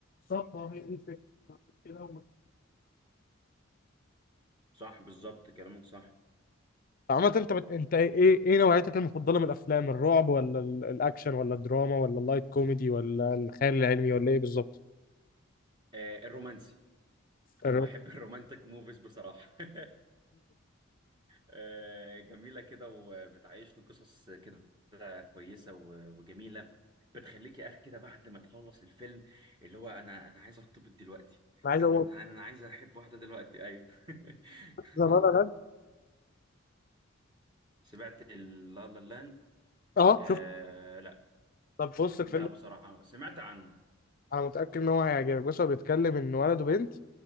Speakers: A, on the left; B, on the right.
A: بالظبط ما هي دي الفكره كده هم-
B: صح بالظبط كلامك صح
A: عامة انت بت... انت ايه ايه إيه نوعيتك المفضله من الافلام الرعب ولا ال- الاكشن ولا الدراما ولا اللايت كوميدي ولا الخيال العلمي ولا ايه بالظبط
B: آه الرومانسي
A: الر-
B: انا بحب <laughs> الرومانتك موفيز بصراحه <laughs> آه، جميله كده وبتعيشنا قصص كده كويسه و- وجميله بتخليك يا اخي كده بعد ما تخلص الفيلم اللي هو انا انا عايز ارتبط دلوقتي
A: انا عايز
B: انا
A: اقول
B: انا انا عايز احب واحده دلوقتي ايوه <laughs>
A: لا لا لا
B: سمعت لا لا لاند
A: اه
B: آه
A: شفت
B: لا
A: طب بص الفيلم
B: لا بصراحه سمعت عنه
A: انا متاكد ان هو هيعجبك بص هو بيتكلم ان ولد وبنت